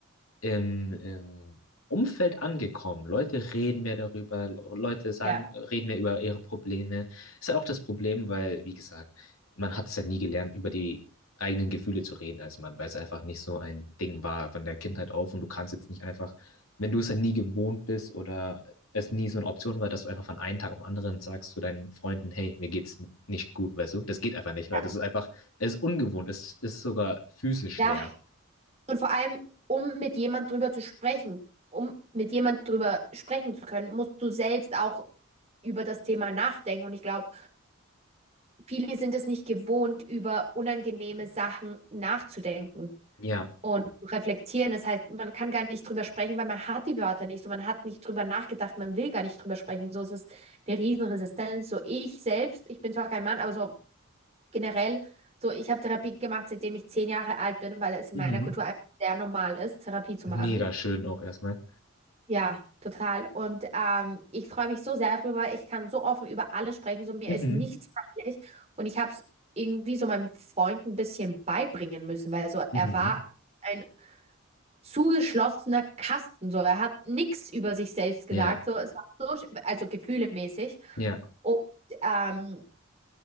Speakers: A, on the left; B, on the right.
A: im, im Umfeld angekommen. Leute reden mehr darüber, Leute sagen,
B: Ja,
A: reden mehr über ihre Probleme. Ist ja auch das Problem, weil, wie gesagt, man hat es ja nie gelernt, über die eigenen Gefühle zu reden als Mann, weil es einfach nicht so ein Ding war von der Kindheit auf und du kannst jetzt nicht einfach, wenn du es ja nie gewohnt bist oder es nie so eine Option war, dass du einfach von einem Tag auf den anderen sagst zu deinen Freunden, hey, mir geht's nicht gut, weißt du? Das geht einfach nicht, weil
B: ja.
A: das ist einfach, es ist ungewohnt, es ist sogar physisch schwer.
B: Ja, und vor allem, um mit jemand drüber zu sprechen, um mit jemand drüber sprechen zu können, musst du selbst auch über das Thema nachdenken. Und ich glaube, viele sind es nicht gewohnt, über unangenehme Sachen nachzudenken.
A: Ja.
B: und zu reflektieren. Das heißt, man kann gar nicht drüber sprechen, weil man hat die Wörter nicht so, man hat nicht drüber nachgedacht, man will gar nicht drüber sprechen. So ist es eine Riesenresistenz. So ich selbst, ich bin zwar kein Mann, aber so generell, so ich habe Therapie gemacht, seitdem ich zehn Jahre alt bin, weil es in
A: Mhm.
B: meiner Kultur einfach sehr normal ist, Therapie zu machen.
A: Mega schön auch erstmal.
B: Ja, total. Und ähm, ich freue mich so sehr drüber. Ich kann so offen über alles sprechen. So mir
A: Mhm.
B: ist nichts peinlich. Und ich habe es irgendwie so meinem Freund ein bisschen beibringen müssen, weil so
A: Mhm.
B: er war ein zugeschlossener Kasten. So, er hat nichts über sich selbst gesagt.
A: Ja,
B: So, es war so, sch- also gefühlemäßig.
A: ja,
B: Und, ähm,